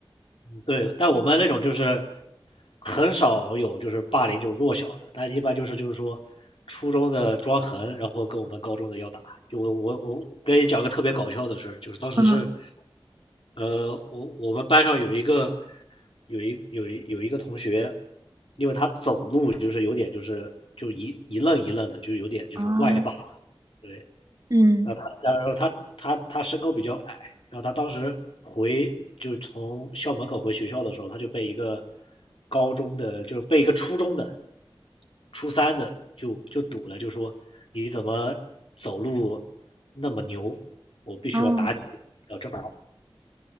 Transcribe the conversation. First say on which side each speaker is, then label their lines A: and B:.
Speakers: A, on the left; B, on the right.
A: 对但我们那种就是。很少有就是霸凌这种弱小的，但一般就是就是说初中的抓痕，然后跟我们高中的要打。就我我我跟你讲个特别搞笑的事儿，就是当时是，
B: 嗯，
A: 呃，我我们班上有一个有一有一有一个同学，因为他走路就是有点就是就一一愣一愣的，就有点就是外八，
B: 哦，
A: 对，
B: 嗯，
A: 然后他，然后他，他，他身高比较矮，然后他当时回就从校门口回学校的时候，他就被一个高中的，就是被一个初中的，初三的就就堵了，就说你怎么走路那么牛，我必须要打你，
B: 哦，
A: 然后这把